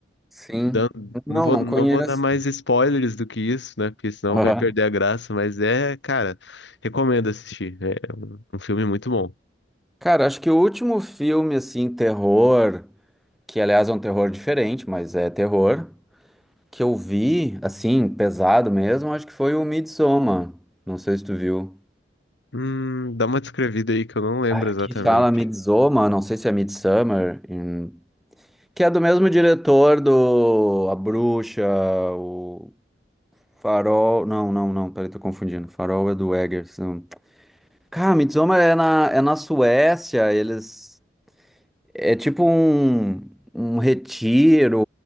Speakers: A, in the centre; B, on the left (about 80°).
A: sim.
B: dan- Não
A: Não,
B: vou,
A: não
B: não
A: conheço.
B: vou dar mais spoilers do que isso, né? Porque senão
A: Aham.
B: vai perder a graça. Mas é, cara, recomendo assistir. É um um filme muito bom.
A: Cara, acho que o último filme, assim, terror, que aliás é um terror diferente, mas é terror, que eu vi, assim, pesado mesmo, acho que foi o Midsommar. Não sei se tu viu.
B: Hum, dá uma descrevida aí que eu não lembro
A: Ai, aqui.
B: exatamente.
A: fala Midsommar, não sei se é Midsummer, em- que é do mesmo diretor do A Bruxa, o Farol. Não, não, não, peraí, tô confundindo. Farol é do Eggers. não. Cara, Midsommar é na, é na Suécia, eles. É tipo um, um retiro,